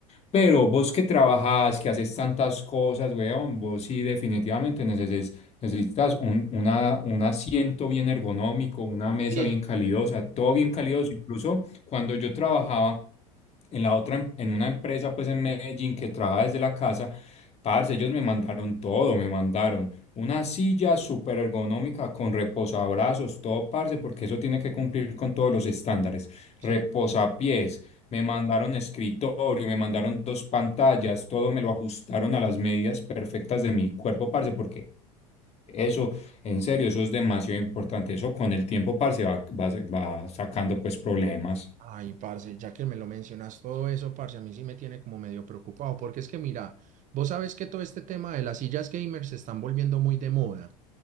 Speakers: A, on the left; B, on the right.
A: Pero vos que trabajás, que haces tantas cosas, weón, vos sí definitivamente Necesitas un, una- un asiento bien ergonómico, una mesa
B: Sí,
A: bien calidosa, todo bien calidoso. Incluso cuando yo trabajaba en la otra, em- en una empresa pues en Medellín que trabajaba desde la casa, parce, ellos me mandaron todo, me mandaron una silla súper ergonómica con reposabrazos, todo parce, porque eso tiene que cumplir con todos los estándares.
B: sí.
A: Reposapiés, me mandaron escritorio, me mandaron dos pantallas, todo me lo ajustaron a las medidas perfectas de mi cuerpo, parce, porque eso, en serio, eso es demasiado importante. Eso con el tiempo, parce, va, va, va sacando pues problemas.
B: Ay, parce, ya que me lo mencionas todo eso, parce, a mí sí me tiene como medio preocupado, porque es que mira, vos sabes que todo este tema de las sillas gamers se están volviendo muy de moda.